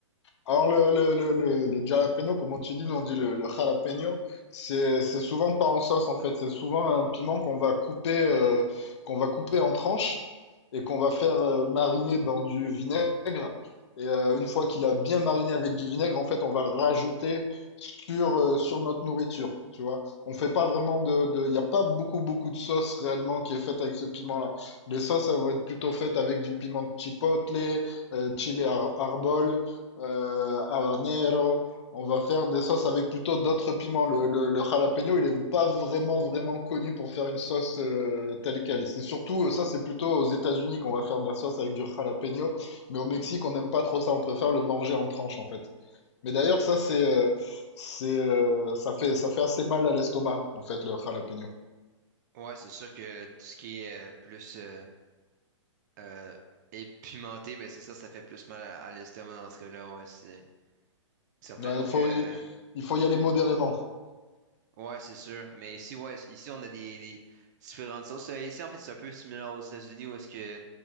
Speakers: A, on the left (about 60°); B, on the right (about 35°).
A: Alors, le, le, le, le, le jalapeno, comme on te dit, nous on dit le, le jalapeno, c'est, c'est souvent pas en sauce en fait, c'est souvent un piment qu'on va couper, euh, qu'on va couper en tranches et qu'on va faire euh, mariner dans du vinaigre. Et euh, une fois qu'il a bien mariné avec du vinaigre, en fait, on va le rajouter sur, euh, sur notre nourriture, tu vois. On fait pas vraiment de, de, il n'y a pas beaucoup, beaucoup de sauce réellement qui est faite avec ce piment-là. Les sauces, elles vont être plutôt faites avec du piment chipotle, euh, chili ar- arbol euh, habanero. On va faire des sauces avec plutôt d'autres piments. Le, le, le jalapeno, il n'est pas vraiment, vraiment connu pour faire une sauce euh, telle qu'elle. Et C'est surtout, euh, ça, c'est plutôt aux États-Unis qu'on va faire de la sauce avec du jalapeno. Mais au Mexique, on n'aime pas trop ça. On préfère le manger en tranches, en fait. Mais d'ailleurs, ça, c'est, euh, c'est, euh, ça fait, ça fait assez mal à l'estomac, en fait, le jalapeno.
B: Ouais, c'est sûr que tout ce qui est euh, plus euh, euh, épimenté, ben c'est ça, ça fait plus mal à, à l'estomac dans ce cas-là, ouais, c'est certain.
A: Ouais,
B: Donc,
A: il faut,
B: euh,
A: il, il faut y aller modérément.
B: ouais, c'est sûr. Mais ici, ouais, ici, on a des, des différentes sauces. Euh, Ici, en fait, c'est un peu similaire aux États-Unis où est-ce que